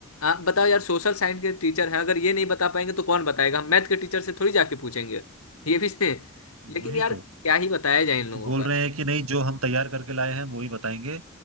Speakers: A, on the left; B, on the right.
A: आप बताओ यार सोशल साइंस के टीचर हैं अगर ये नहीं बता पाएंगे तो कौन बताएगा हम मैथ के टीचर से थोड़ी जाके पूछेंगे ये भी से लेकिन
B: वही
A: यार
B: तो
A: क्या ही बताया जाए इन लोगों
B: तो बोल
A: का
B: रहे हैं कि नहीं जो हम तैयार करके लाए हैं वो ही बताएंगे